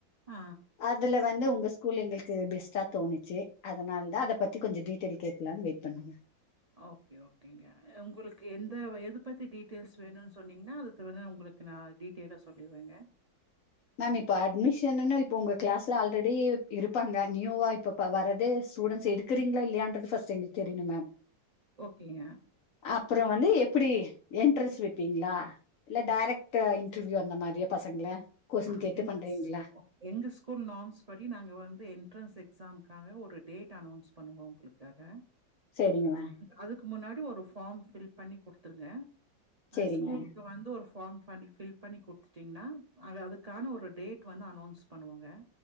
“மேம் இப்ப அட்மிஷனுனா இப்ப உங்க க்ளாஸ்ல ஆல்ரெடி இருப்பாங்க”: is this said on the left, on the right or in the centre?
Left